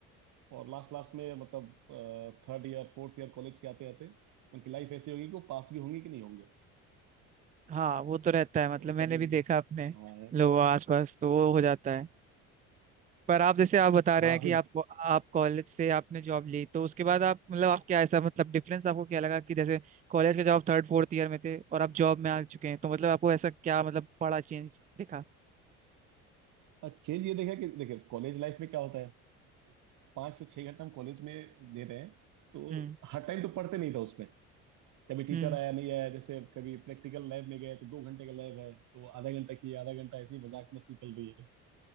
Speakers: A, on the right; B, on the right.
A: और लास्ट लास्ट में मतलब third year fourth year college के आते आते उनकी लाइफ ऐसी होगी कि वो पास भी होंगे कि नहीं होंगे
B: हाँ वो तो रहता है
A: और
B: मतलब मैंने
A: कभी
B: भी देखा अपने
A: हाँ
B: लोगों आसपास तो वो
A: हाँ
B: हो जाता है पर आप जैसे आप बता
A: हाँ
B: रहे हैं कि
A: फिर
B: आपको आप कॉलेज से आपने जॉब ली तो उसके बाद आप मतलब आप क्या ऐसा मतलब डिफरेंस आपको क्या लगा कि जैसे कॉलेज के जॉब थर्ड फोर्थ ईयर में थे और आप जॉब में आ चुके हैं तो मतलब आपको ऐसा क्या मतलब बड़ा चेंज दिखा
A: चेंज ये देखा कि देखिए कॉलेज लाइफ में क्या होता है पाँच से छह घंटे हम कॉलेज में दे रहे हैं तो
B: हम्म
A: हर टाइम तो पढ़ते नहीं था उसमें कभी टीचर
B: हम्म
A: आया नहीं आया जैसे कभी प्रैक्टिकल लैब में गए तो दो घंटे का लैब है तो वो आधा घंटा किया आधा घंटा ऐसी मजाक मस्ती चल रही है